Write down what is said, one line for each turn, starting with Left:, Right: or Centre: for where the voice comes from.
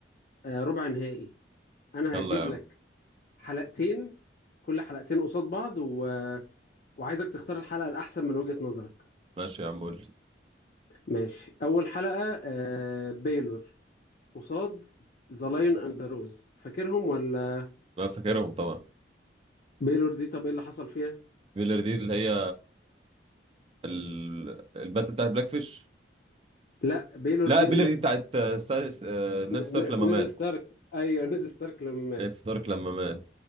Left: آه، ربع نهائي انا
Right: يلا
Left: هجيب
Right: يا
Left: لك
Right: عم
Left: حلقتين كل حلقتين قصاد بعض و... وعايزك تختار الحلقة الاحسن من وجهة نظرك
Right: ماشي يا عم قول لي
Left: ماشي اول حلقة آه، بيلور قصاد ذا لايون اند ذا روز فاكرهم ولا
Right: انا فاكرهم طبعا
Left: بيلور دي طب ايه اللي حصل فيها؟
Right: بيلر دي اللي هي ال... الباتل بتاعت بلاك فيش
Left: لا بيلور
Right: لا
Left: دي
Right: بيلر دي بتاعت آه، ستا... س- آه، نed
Left: ن-
Right: ستارك لما مات
Left: نيد ستارك ايوه نيد ستارك لما مات
Right: نed ستارك لما مات